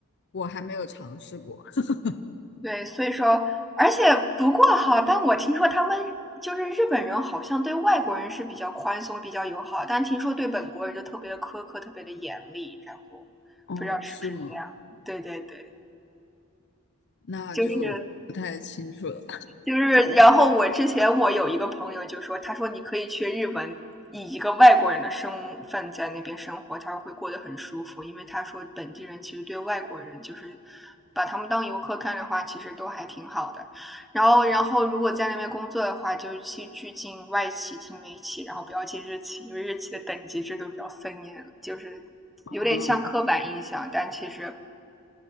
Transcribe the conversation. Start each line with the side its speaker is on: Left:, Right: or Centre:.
Left: 我还没有尝试过。<laughs>
Centre: 对，所以说，而且不过哈，但我听说他们就是日本人，好像对外国人是比较宽松、比较友好，但听说对本国人就特别的苛刻、特别的严厉，然后不知道是不是这样。
Left: 哦，是吗？
Centre: 对对对，
Left: 那就不太清楚了。
Centre: 就是就是，然后我之前我有一个朋友就说，他说你可以去日本，以一个外国人的身份在那边生活，他说会过得很舒服，因为他说本地人其实对外国人就是把他们当游客看的话，其实都还挺好的。然后，然后如果在那边工作的话，就去去进外企、进美企，然后不要进日企，因为日企的等级制度比较森严，就是。
Left: 嗯，
Centre: 有点像刻板印象，但其实，